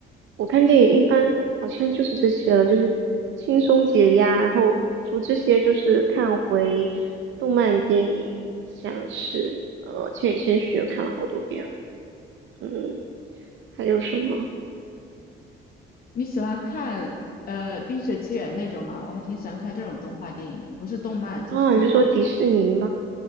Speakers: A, on the right; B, on the left.
A: 我看电影一般好像就是这些了，就是轻松解压。然后除这些，就是看回动漫电影，像是呃《千与千寻》看了好多遍了，嗯，还有什么
B: 你喜欢看呃《冰雪奇缘》那种吗？我还挺喜欢看这种动画电影的，不是动漫就是动画。
A: 啊？你就说迪士尼吗？